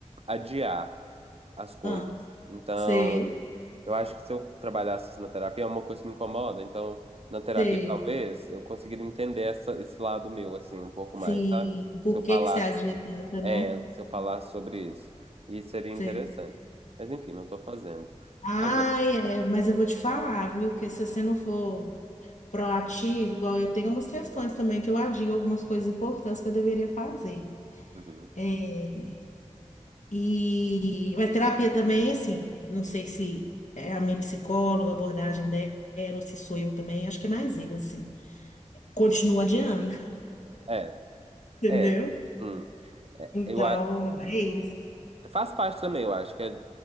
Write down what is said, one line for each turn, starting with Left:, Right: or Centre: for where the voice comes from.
Right: adiar as coisas.
Left: Ah,
Right: Então,
Left: sei,
Right: eu acho que se eu trabalhasse na terapia, é uma coisa que me incomoda. Então, na terapia,
Left: sei.
Right: talvez, eu conseguiria entender essa, esse lado meu, assim, um pouco
Left: Sim,
Right: mais, sabe?
Left: por
Right: Se eu falar
Left: que que você adia tanto,
Right: É,
Left: né?
Right: se eu falar sobre isso. E seria interessante.
Left: Sei.
Right: Mas enfim, não estou fazendo.
Left: Ai,
Right: Agora.
Left: é, mas eu vou te falar, viu? Que se você não for proativo, igual eu tenho umas questões também que eu adio algumas coisas importantes que eu deveria fazer.
Right: Uhum.
Left: É, e a terapia também, assim, não sei se é a minha psicóloga, a abordagem dela, ou se sou eu também, acho que é mais eu, assim. Continuo adiando,
Right: É,
Left: <laughs> entendeu?
Right: é. Hum. É,
Left: Então,
Right: eu, a-
Left: é isso.
Right: faz parte também, eu acho que é.